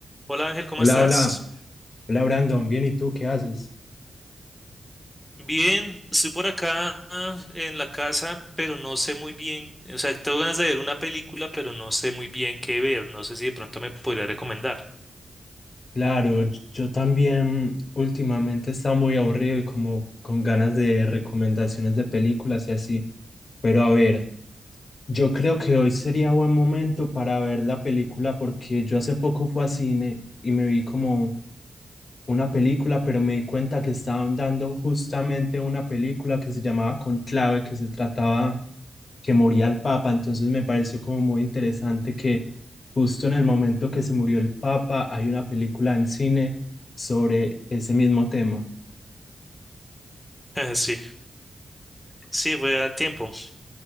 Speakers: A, in the centre; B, on the left.
A: Hola Ángel, ¿cómo
B: Hola,
A: estás?
B: hola, hola Brandon, bien, ¿y tú qué haces?
A: Bien, estoy por acá ah, en la casa, pero no sé muy bien, o sea, tengo ganas de ver una película, pero no sé muy bien qué ver, no sé si de pronto me podría recomendar.
B: Claro, y- yo también últimamente he estado muy aburrido y como con ganas de recomendaciones de películas y así, pero a ver, yo creo que hoy sería buen momento para ver la película porque yo hace poco fui a cine y me vi como una película, pero me di cuenta que estaban dando justamente una película que se llamaba Conclave, que se trataba que moría el Papa, entonces me pareció como muy interesante que justo en el momento que se murió el Papa hay una película en cine sobre ese mismo tema.
A: <laughs> Sí, sí, fue al tiempo.